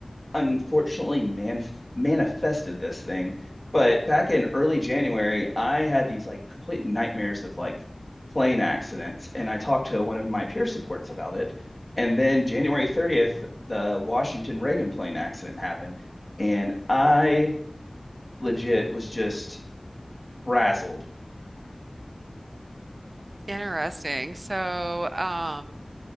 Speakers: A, on the left; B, on the right.
A: unfortunately man manifested this thing. But back in early January, I had these like complete nightmares of like plane accidents, and I talked to one of my peer supports about it. And then January 30th, the Washington Reagan plane accident happened, and I legit was just frazzled
B: Interesting. So, um,